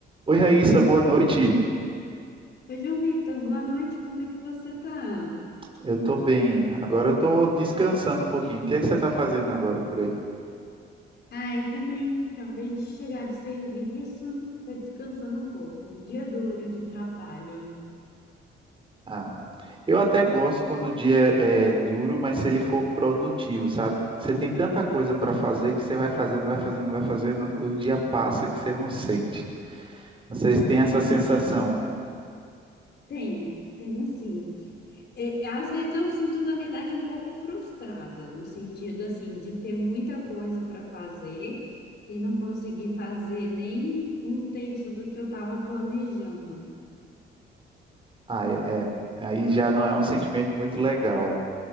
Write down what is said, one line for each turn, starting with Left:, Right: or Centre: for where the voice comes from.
Right: Oi, Raíssa, boa noite.
Left: Oi, João Vitor, boa noite, como é que você tá?
Right: Eu tô bem. Agora eu tô descansando um pouquinho. O que é que você tá fazendo agora por aí?
Left: Ai, também acabei de chegar do serviço, tá descansando um pouco. Dia duro de trabalho.
Right: Ah, eu até gosto quando o dia é, é duro, mas se ele for produtivo, sabe? Você tem tanta coisa para fazer que você vai fazendo, vai fazendo, vai fazendo, o dia passa que você não sente. Vocês têm
Left: Verdade.
Right: essa sensação?
Left: Tenho, tenho sim. É, é, às vezes eu sinto, na verdade, um pouco frustrada, no sentido assim, de ter muita coisa para fazer e não conseguir fazer nem um terço do que eu estava planejando.
Right: Ah, é, é. Aí já não é um sentimento muito legal.